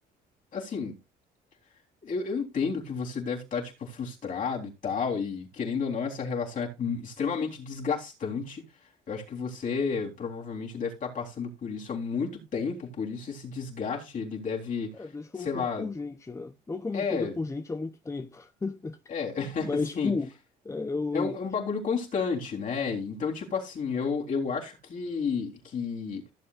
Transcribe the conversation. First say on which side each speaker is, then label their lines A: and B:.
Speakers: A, on the left; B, on the left.
A: Assim, Eu, eu entendo que você deve estar, tipo, frustrado e tal, e querendo ou não, essa relação é hum, extremamente desgastante. Eu acho que você provavelmente deve estar passando por isso há muito tempo, por isso esse desgaste, ele deve,
B: É, desde que
A: sei
B: eu me entendo
A: lá,
B: por gente, né? Não que eu
A: é,
B: me entenda por gente há muito tempo. <laughs>
A: é, <laughs>
B: Mas,
A: assim,
B: tipo, é, eu,
A: é um, é
B: eu-
A: um bagulho constante, né? Então, tipo assim, eu, eu acho que, que